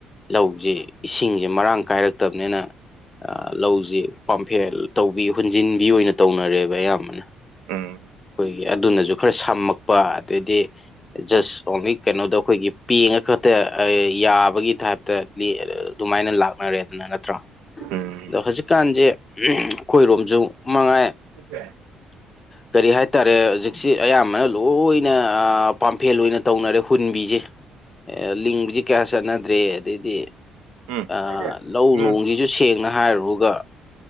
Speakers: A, on the left; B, on the right.
A: ꯂꯧꯖꯤ ꯏꯁꯤꯡꯁꯦ ꯃꯔꯥꯡ ꯀꯥꯏꯔꯛꯇꯕꯅꯦꯅ ꯂꯧꯁꯤ ꯄꯥꯝꯐꯦꯜ ꯇꯧꯕꯤ ꯍꯨꯟꯖꯤꯟꯕꯤ ꯑꯣꯏꯅ ꯇꯧꯅꯔꯦꯕ ꯑꯌꯥꯝꯕꯅ
B: ꯎꯝ
A: ꯑꯩꯈꯣꯏꯒꯤ ꯑꯗꯨꯅꯁꯨ ꯈꯔ ꯁꯝꯃꯛꯄ ꯑꯗꯩꯗꯤ ꯖꯁ ꯑꯣꯡꯂꯤ ꯀꯩꯅꯣꯗꯣ ꯑꯩꯈꯣꯏꯒꯤ ꯄꯦꯡꯉ ꯈꯛꯇ ꯑ ꯌꯥꯕꯒꯤ ꯇꯥꯏꯞꯇ ꯑꯗꯨꯃꯥꯏꯅ ꯂꯥꯛꯅꯔꯦ ꯑꯗꯨꯅ ꯅꯠꯇ꯭ꯔꯥ
B: ꯎꯝ
A: ꯑꯗꯣ ꯍꯧꯖꯤꯛꯀꯥꯟꯖꯦ ꯑꯩꯈꯣꯏꯔꯣꯝꯖꯨ ꯃꯉꯥꯏ
B: ꯁꯤꯁꯦ
A: ꯀꯔꯤ ꯍꯥꯏꯇꯥꯔꯦ ꯍꯧꯖꯤꯛꯁꯤ ꯑꯌꯥꯝꯕꯅ ꯂꯣꯏ ꯑꯩꯅ ꯑꯥ ꯄꯥꯝꯐꯦꯜ ꯑꯣꯏꯅ ꯇꯧꯅꯔꯦ ꯍꯨꯟꯕꯤꯖꯦ ꯑꯦ ꯂꯤꯡꯕꯖꯤ ꯀꯌꯥ ꯆꯠꯅꯗ꯭ꯔꯦ ꯑꯗꯩꯗꯤ
B: ꯎꯝ
A: ꯑꯥ ꯂꯧ
B: ꯎꯝ
A: ꯅꯣꯡꯖꯤꯖꯨ ꯁꯦꯡꯅ ꯍꯥꯏꯔꯣꯒꯥ